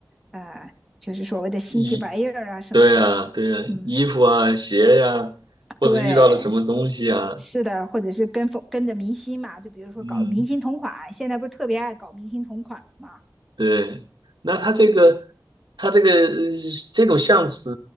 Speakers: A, in the centre; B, on the right.
A: 呃，就是所谓的新奇玩意儿啊什么的。
B: 衣，对啊对啊，
A: 嗯，
B: 衣服啊鞋呀、或者遇到了什么东西啊，
A: 对，是的，或者是跟风跟着明星嘛，就比如说搞明星同款，
B: 嗯。
A: 现在不是特别爱搞明星同款嘛？
B: 对，那它这个，
A: 对，
B: 它这个呃这种相纸